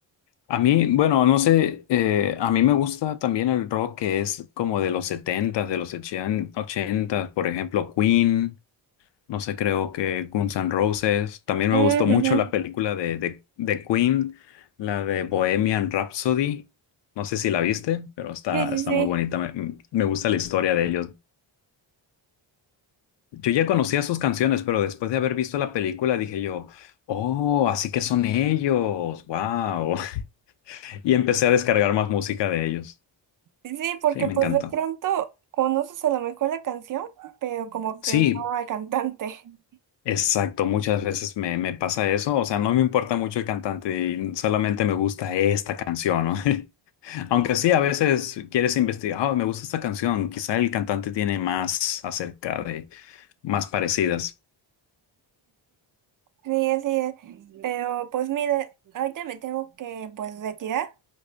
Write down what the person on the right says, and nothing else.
Mm,
ujú.
Sí, sí,
sí.
Sí, sí, porque
pues
de pronto conoces a lo mejor la canción, pero como que
no al cantante. <laughs>
Sí, así es. Pero pues mira, ahorita me tengo que pues retirar.